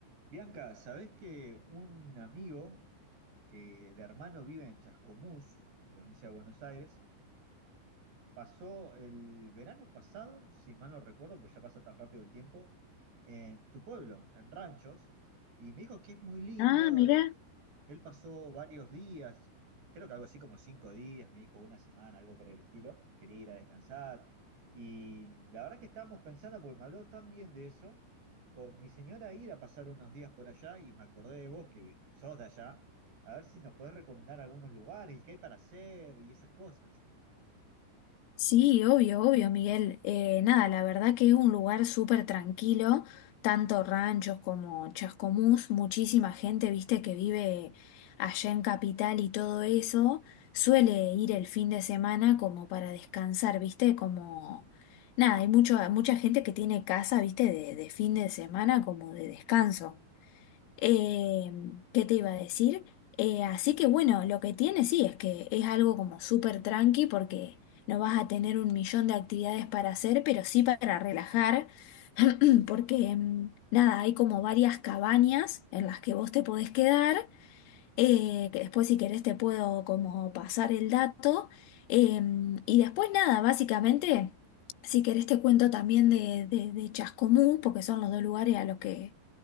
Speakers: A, on the right (about 55°); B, on the left (about 80°).
A: Bianca, ¿sabés que un amigo que el hermano vive en Chascomús, provincia de Buenos Aires, Pasó el verano pasado, si mal no recuerdo, pues ya pasa tan rápido el tiempo, en tu pueblo, en Ranchos, y me dijo que es muy lindo.
B: Ah, mira,
A: eh, Él pasó varios días, creo que algo así como cinco días, me dijo una semana, algo por el estilo. Quería ir a descansar. Y la verdad que estábamos pensando, porque me habló tan bien de eso, con mi señora ir a pasar unos días por allá y me acordé de vos, que sos de allá, a ver si nos podés recomendar algunos lugares y qué hay para hacer y esas cosas.
B: sí, obvio, obvio, Miguel. Eh, nada, la verdad que es un lugar súper tranquilo, tanto ranchos como Chascomús, muchísima gente, viste, que vive allá en Capital y todo eso, suele ir el fin de semana como para descansar, viste, como... Nada, hay mucho, mucha gente que tiene casa, viste, de, de fin de semana como de descanso. Eh, ¿qué te iba a decir? Eh, así que bueno, lo que tiene sí es que es algo como súper tranqui porque no vas a tener un millón de actividades para hacer, pero sí para relajar, <clears throat> porque mm, nada, hay como varias cabañas en las que vos te podés quedar, eh, que después si querés te puedo como pasar el dato, em, y después nada, básicamente... Si querés te cuento también de, de, de Chascomú, porque son los dos lugares a los que,